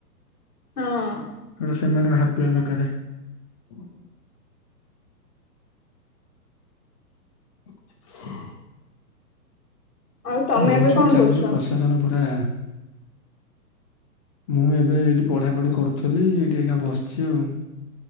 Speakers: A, on the left; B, on the left.
A: ହଁ।
B: ସେମାନେ ଭାବିବା ଦରକାରେ <inaudible> <inaudible>
A: ଆଉ ତମେ
B: ଏମିତି
A: ଏବେ
B: ସବୁ
A: କଣ
B: ଚାଲିଛି
A: କରୁଛ
B: ପ୍ରଶାସନ ପୁରା ମୁଁ ଏବେ ଏଇଠି ପଢ଼ାପଢ଼ି କରୁଥିଲି ଏଇଠି ଏକା ବସିଛି ଆଉ।